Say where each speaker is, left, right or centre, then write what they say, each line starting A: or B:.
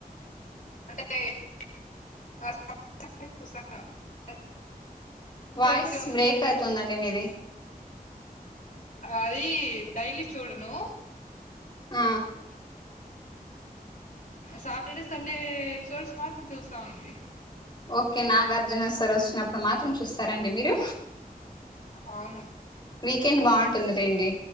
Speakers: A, on the left; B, on the left.
A: వంటచేయ్ <inaudible>
B: వాయిస్
A: కొంచెం
B: బ్రేక్ అవుతుందండి మీది
A: అది డైలీ చూడను
B: ఆ
A: సాటర్డే సండే ఎపిసోడ్స్ మాత్రం చూస్తంటి
B: ఓకే నాగార్జున సార్ వచ్చినప్పుడు మాత్రం చూస్తారండి మీరు
A: అవును
B: వీకెండ్ బాగుంటుంది లెండి